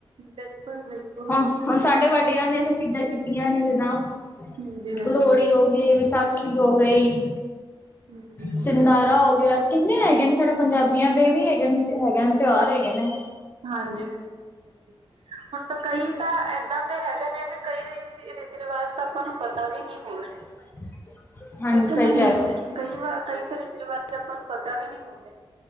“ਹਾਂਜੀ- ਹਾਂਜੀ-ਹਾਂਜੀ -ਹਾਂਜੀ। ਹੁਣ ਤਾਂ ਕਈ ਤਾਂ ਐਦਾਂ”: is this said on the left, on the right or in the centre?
Right